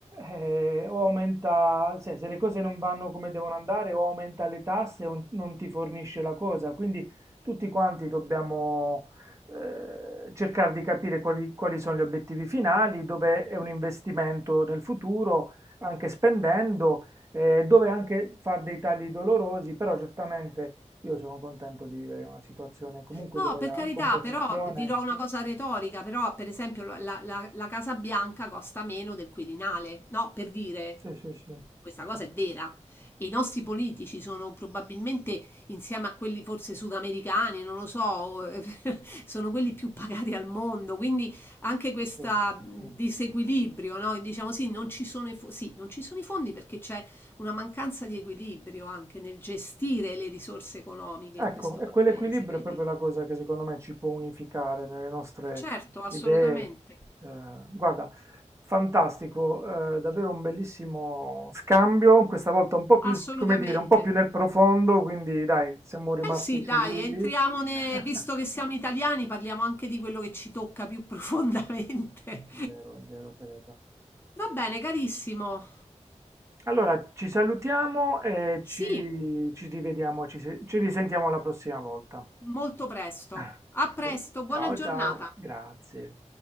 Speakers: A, on the right (about 25°); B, on the left (about 20°).
A: eh, o aumenta, cioè, se le cose non vanno come devono andare, o aumenta le tasse o non ti fornisce la cosa. Quindi tutti quanti dobbiamo eh, cercare di capire quali, quali sono gli obiettivi finali, dove è un investimento nel futuro, anche spendendo, eh, dove anche fare dei tagli dolorosi, però certamente io sono contento di vivere in una situazione comunque
B: No,
A: dove
B: per
A: la
B: carità,
A: competizione...
B: però dirò una cosa retorica, però per esempio la, la- la Casa Bianca costa meno del Quirinale, no, per dire,
A: Sì, sì, sì,
B: questa cosa è vera. E I nostri politici sono probabilmente, insieme a quelli forse sudamericani, non lo so, <laughs> sono quelli più pagati al mondo, quindi anche questo
A: sì.
B: disequilibrio, no? Diciamo sì, non ci sono i fo- sì, non ci sono i fondi perché c'è una mancanza di equilibrio anche nel gestire le risorse economiche
A: Ecco,
B: in questo
A: e
B: paese,
A: quell'equilibrio
B: quindi...
A: è proprio la cosa che secondo me ci può unificare nelle nostre
B: Certo, assolutamente,
A: idee. Eh, guarda, fantastico, eh, davvero un bellissimo scambio, questa volta un po' più,
B: assolutamente.
A: come dire, un po' più nel profondo, quindi dai, siamo rimasti
B: Eh sì,
A: civili.
B: dai, entriamo ne-
A: <laughs>
B: visto che siamo italiani, parliamo anche di quello che ci tocca più <laughs> profondamente.
A: Vero, è vero, Teresa.
B: Va bene, carissimo.
A: Allora, ci salutiamo e
B: Sì,
A: ci, ci rivediamo, ci, se- ci risentiamo la prossima volta.
B: molto presto.
A: <laughs>
B: A presto, buona
A: Ciao
B: giornata.
A: ciao, grazie.